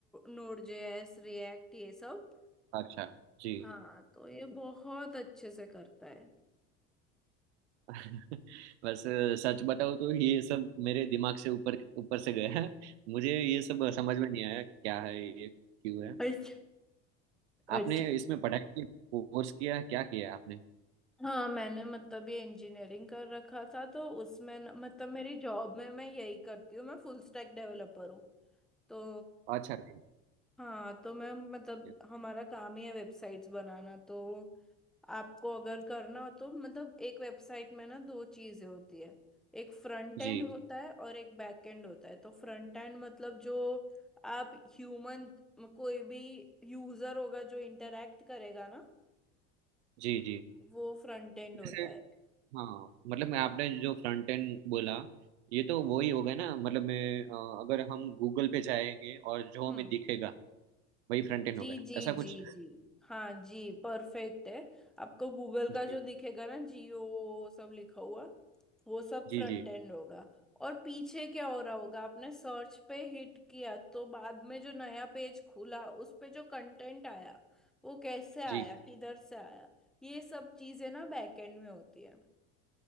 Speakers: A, in the centre; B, on the right.
A: नोड जेएस रिएक्ट ये सब
B: अच्छा जी
A: हाँ तो ये बहुत अच्छे से करता है
B: <laughs> बस अ, सच बताऊं तो ये सब मेरे दिमाग से ऊपर ऊपर से गया है मुझे ये सब समझ में नहीं आया क्या है ये क्यों है
A: अच्छा
B: आपने
A: अच्छा
B: इसमें पढ़ाई की कोर्स किया है क्या किया है आपने
A: हाँ मैंने मतलब ये इंजीनियरिंग कर रखा था तो उसमें न- मतलब मेरी जॉब में मैं यही करती हूँ मैं फुल स्टैक डेवलपर हूँ तो
B: अच्छा जी
A: हाँ तो मैं मतलब
B: ठीक है।
A: हमारा काम ही है वेबसाइट्स बनाना तो आपको अगर करना हो तो मतलब एक वेबसाइट में ना दो चीजें होती है एक फ्रंट
B: जी
A: एंड होता है और एक बैक एंड होता है तो फ्रंट एंड मतलब जो आप ह्यूमन कोई भी यूजर होगा जो इंटरेक्ट करेगा ना
B: जी जी
A: वो फ्रंट एंड होता
B: जैसे
A: है
B: हाँ मतलब मैं आपने जो फ्रंट एंड बोला ये तो वही हो गया ना मतलब मैं अ, अगर हम गूगल पे जाएंगे और जो
A: हम्म
B: हमें दिखेगा वही फ्रंट एंड
A: जी
B: हो गया
A: जी
B: ऐसा कुछ
A: जी जी हाँ जी परफेक्ट है आपको गूगल का
B: जी
A: जो दिखेगा ना जियो सब लिखा हुआ वो सब फ्रंट
B: जी जी
A: एंड होगा और पीछे क्या हो रहा होगा आपने सर्च पे हिट किया तो बाद में जो नया पेज खुला उस पे जो कंटेंट आया वो कैसे आया
B: जी
A: किधर से आया ये सब चीजें ना बैक एंड में होती है